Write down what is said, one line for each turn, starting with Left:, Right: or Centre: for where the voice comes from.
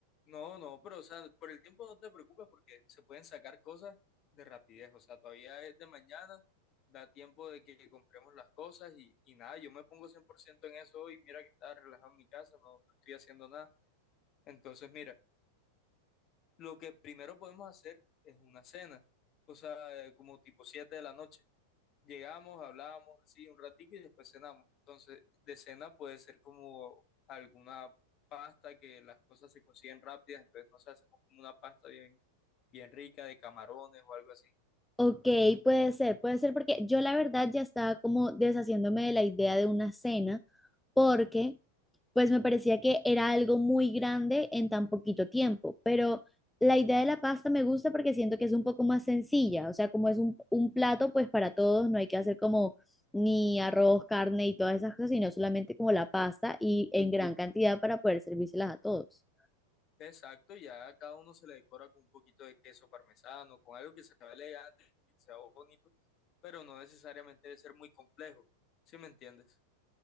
Left: No, no, pero o sea, por el tiempo no te preocupes porque se pueden sacar cosas de rapidez. O sea, todavía es de mañana, da tiempo de que compremos las cosas y, y nada, yo me pongo 100% en eso hoy. Mira que estaba relajado en mi casa, no, no estoy haciendo nada. Entonces, mira, lo que primero podemos hacer es una cena, o sea, eh, como tipo 7 de la noche. Llegamos, hablábamos así un ratico y después cenamos. Entonces, de cena puede ser como alguna pasta que las cosas se consiguen rápidas, entonces no sé, hacemos como una pasta bien, bien rica de camarones o algo así.
Centre: Ok, puede ser, puede ser porque yo la verdad ya estaba como deshaciéndome de la idea de una cena, porque pues me parecía que era algo muy grande en tan poquito tiempo, pero la idea de la pasta me gusta porque siento que es un poco más sencilla, o sea, como es un, un plato, pues para todos no hay que hacer como ni arroz, carne y todas esas cosas, sino solamente como la pasta y
Left: Ujú.
Centre: en gran cantidad para poder servírselas a todos.
Left: Exacto, ya a cada uno se le decora con un poquito de queso parmesano, con algo que se vea elegante, que se vea bonito, pero no necesariamente debe ser muy complejo, ¿sí me entiendes?